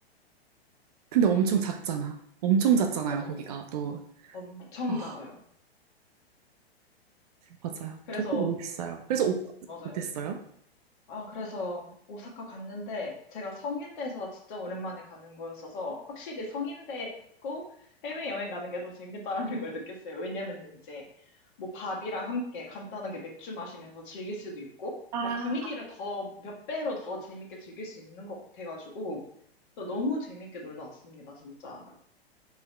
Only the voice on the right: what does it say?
근데 엄청 작잖아. 엄청 작잖아요,
거기가 또.
아,
맞아요.
도쿄 너무 비싸요. 그래서 오사카
못했어요.
아,